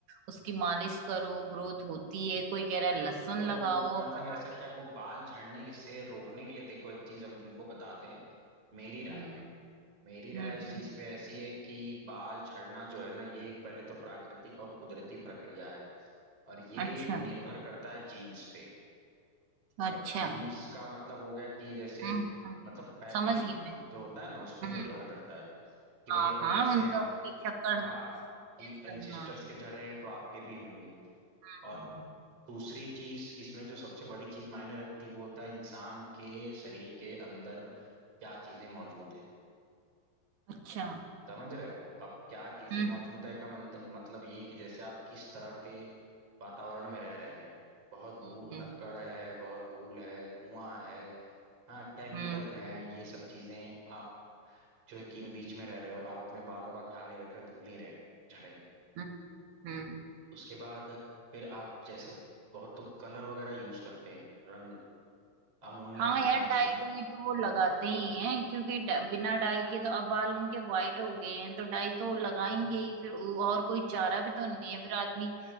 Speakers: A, on the right; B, on the right.
A: उसकी मालिश करो ग्रोथ होती है कोई कह रहा है लहसुन
B: तो
A: लगाओ
B: मतलब
A: पता
B: ऐसा क्या वो बाल झड़ने से रोकने के लिए देखो एक चीज हम तुमको बता दें मेरी राय
A: हम्म
B: में मेरी राय
A: हम्म
B: इस
A: हम्म
B: चीज पे ऐसी है कि बाल झड़ना जो है ना ये एक पहले तो प्राकृतिक और कुदरती प्रक्रिया है और ये
A: अच्छा
B: निर्भर करता है जीन्स पे
A: अच्छा
B: अब जीन्स का मतलब हो गया कि ये जैसे
A: हम्म हम्म,
B: मतलब पैतृक
A: समझ गई मैं
B: जो होता है ना उस पे निर्भर
A: हम्म
B: करता है कि
A: हाँ
B: भाई अगर
A: हाँ
B: जैसे
A: उनका पिछक्कड़
B: हाँ
A: कैसा
B: कि एंसिस्टर्स
A: हाँ हाँ
B: के झड़े हैं तो आपके भी होंगे
A: हाँ,
B: और
A: हाँ।
B: दूसरी चीज इसमें जो सबसे बड़ी चीज मायने रखती वो होता है इंसान के शरीर के अंदर क्या चीजें मौजूद है
A: अच्छा
B: समझ रहे हो अब क्या चीजें
A: हम्म
B: मौजूद है का मंद, मतलब ये कि जैसे आप किस तरह के वातावरण में रह रहे हैं बहुत धूल
A: हम्म
B: धक्कड़ है बहुत धूल है धुआं है हाँ केमिकल
A: हम्म
B: है ये सब चीजें आप जो है कि इन बीच में रह रहे हो आप अपने बालों का ख्याल नहीं रख रहे धुल नहीं रहे झड़ेंगे
A: हम्म हम्म
B: उसके बाद फिर आप जैसे बहुत तो कलर वगैरह यूज करते हैं रंग अमोनिया
A: हाँ
B: होता
A: यार
B: है
A: डाई
B: उसमें
A: डुई तो वो लगाते ही हैं क्योंकि ड- बिना डाई के तो अब बाल उनके वाइट हो गए हैं तो डाई तो वो लगाएंगे ही फिर उ- और कोई चारा भी तो नहीं है फिर आदमी